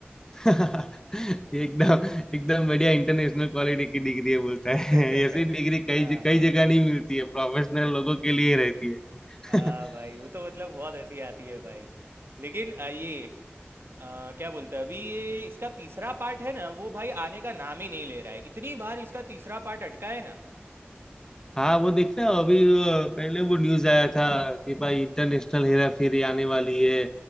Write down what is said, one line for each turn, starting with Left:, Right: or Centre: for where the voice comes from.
Left: <laughs> एकदम एकदम बढ़िया इंटरनेशनल क्वालिटी की डिग्री है बोलता
Right: <laughs>
Left: है <laughs> ऐसी डिग्री कई
Right: हाँ
Left: कई जगह नहीं मिलती है प्रोफेशनल लोगों के लिए ही रहती है
Right: हाँ
Left: <laughs>
Right: भाई वो तो मतलब बहुत हंसी आती है भाई लेकिन अ, ये अ, क्या बोलते हैं अभी ये इसका तीसरा पार्ट है ना वो भाई आने का नाम ही नहीं ले रहा है इतनी बार इसका तीसरा पार्ट अटका है ना
Left: हाँ वो देखना अभी अ, पहले वो न्यूज आया था कि भाई इंटरनेशनल हेरा फेरी आने वाली है